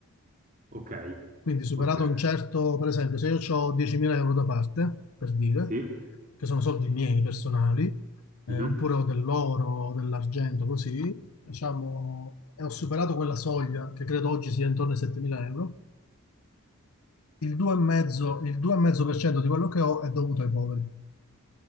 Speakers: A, on the right; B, on the left.
A: Ok,
B: Quindi superato
A: ok.
B: un certo, per esempio, se io ho 10.000 euro da parte, per dire,
A: Sì.
B: che sono soldi miei personali, eh,
A: Mhm.
B: oppure ho dell'oro, o dell'argento, così, diciamo, e ho superato quella soglia, che credo oggi sia intorno ai 7.000 euro, Il 2,5,
A: Ok.
B: il 2,5% di quello che ho è dovuto ai poveri.